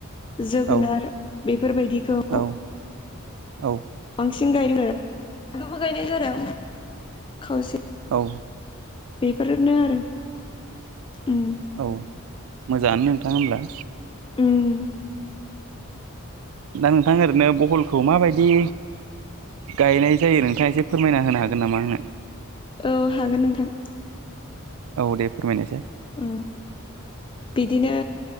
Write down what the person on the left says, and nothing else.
जोगोनार
बायदिखौ।
बांसिन गायलोङो आबो गायनाय जादों खावसे।
बेफोरनो आरो <inaudible> उम।
उम।
औ हागोन नोंथां।
उम। बिदिनो